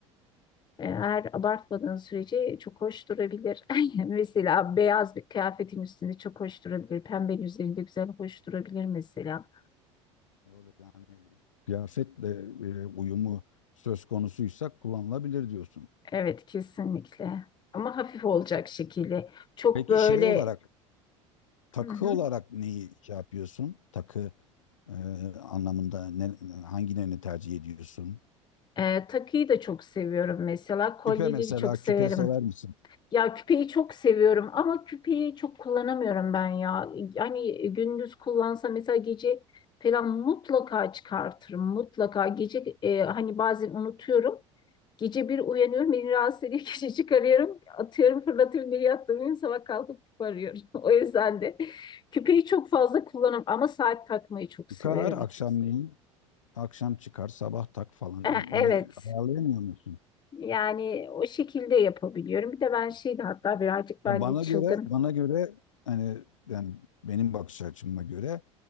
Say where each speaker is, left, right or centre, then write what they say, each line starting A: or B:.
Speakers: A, on the left; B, on the left.
A: Eğer abartmadığın sürece çok hoş durabilir. <laughs> Mesela beyaz bir kıyafetin üstünde çok hoş durabilir. Pembenin üzerinde güzel hoş durabilir mesela.
B: Doğru yani kıyafetle e, uyumu söz konusuysa kullanılabilir diyorsun.
A: Evet kesinlikle. Ama hafif olacak şekilde. Çok
B: Peki
A: böyle
B: şey olarak takı
A: Hı hı.
B: olarak neyi şey yapıyorsun? Takı e, anlamında ne, hangilerini tercih ediyorsun?
A: Ee, takıyı da çok seviyorum mesela. Kolyeleri
B: Küpe mesela
A: çok severim.
B: küpe sever misin?
A: Ya küpeyi çok seviyorum ama küpeyi çok kullanamıyorum ben ya. Yani gündüz kullansa mesela gece falan mutlaka çıkartırım. Mutlaka gece e, hani bazen unutuyorum. Gece bir uyanıyorum, beni rahatsız ediyor. <laughs> Gece çıkarıyorum, atıyorum, fırlatıyorum, bir yattığım sabah kalkıp küpe arıyorum. <laughs> O yüzden de küpeyi çok fazla kullanırım ama saat takmayı çok
B: Çıkar
A: severim.
B: akşamleyin akşam çıkar sabah tak falan
A: E, Evet,
B: onu ayarlayamıyor musun?
A: yani o şekilde yapabiliyorum. Bir de ben şeydi hatta birazcık ben
B: Ya Bana
A: de çılgın.
B: göre bana göre hani yani benim bakış açıma göre